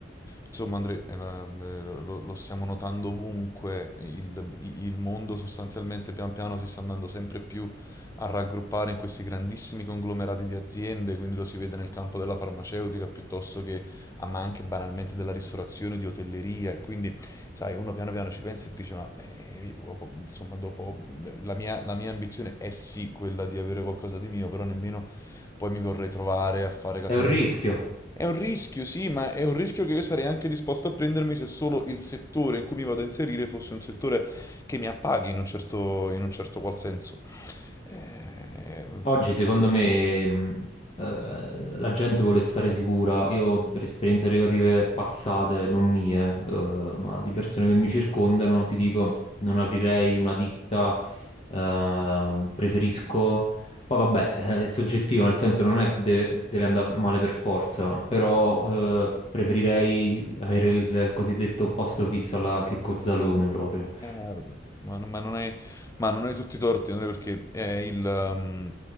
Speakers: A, on the left; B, on the left.
A: insomma, Andre, eh, eh, lo, lo stiamo notando ovunque, il, il mondo sostanzialmente pian piano si sta andando sempre più a raggruppare in questi grandissimi conglomerati di aziende, quindi lo si vede nel campo della farmaceutica piuttosto che, ah, ma anche banalmente della ristorazione, di hotelleria e quindi, sai, uno piano piano ci pensa e dice, ma eh, io, insomma, dopo la mia, la mia ambizione è sì quella di avere qualcosa di mio, però nemmeno poi mi vorrei trovare a fare casomai.
B: è un rischio.
A: È un rischio, sì, ma è un rischio che io sarei anche disposto a prendermi se solo il settore in cui mi vado a inserire fosse un settore che mi appaghi in un certo, in un certo qual senso. Eh,
B: Oggi secondo me mh, eh, la gente vuole stare sicura, io per esperienze negative passate, non mie, eh, ma di persone che mi circondano, ti dico, non aprirei una ditta, eh, preferisco... Poi vabbè, eh, è soggettivo, nel senso non è che deve, deve andare male per forza, però eh, preferirei avere il cosiddetto posto fisso alla Checco Zalone proprio.
A: Eh, vabbè. Ma, non ma non hai, ma non hai tutti i torti, Andrea, perché è il, um,